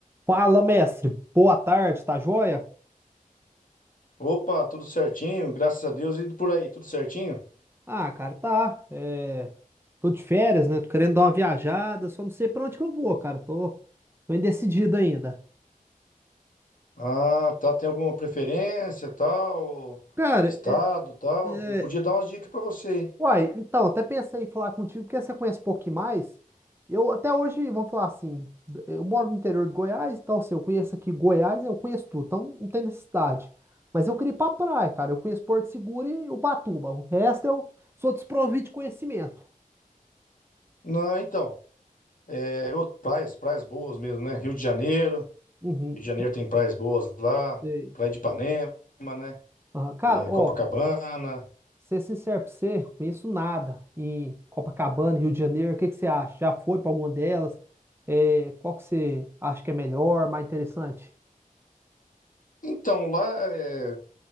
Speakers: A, on the right; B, on the left.
A: Fala, mestre. Boa tarde, tá joia?
B: Opa, tudo certinho, graças a Deus. E por aí, tudo certinho?
A: Ah, cara, tá. É... Tô de férias, né? Tô querendo dar uma viajada, só não sei pra onde que eu vou, cara. Tô, tô indecidido ainda.
B: Ah, tá. Tem alguma preferência, tal,
A: Cara,
B: estado,
A: é...
B: tal?
A: é,
B: Eu podia dar umas dicas pra você. hein?
A: uai, então, até pensei em falar contigo, porque você conhece um pouquinho mais. Eu até hoje, vamos falar assim, eu moro no interior de Goiás, então, assim, eu conheço aqui Goiás, eu conheço tudo, então não tem necessidade. Mas eu queria ir pra praia, cara. Eu conheço Porto Seguro e Ubatuba. O resto eu sou desprovido de conhecimento.
B: Não, então, é, ô, praias, praias boas mesmo, né? Rio de Janeiro,
A: Uhum.
B: Rio de Janeiro tem praias boas lá,
A: Sei.
B: Praia de Ipanema, né?
A: Aham. Cara,
B: É,
A: ó,
B: Copacabana.
A: ser sincero pra você, conheço nada em Copacabana, Rio de Janeiro. O que que você acha? Já foi pra alguma delas? É, qual que você acha que é melhor, mais interessante?
B: Então, lá, é,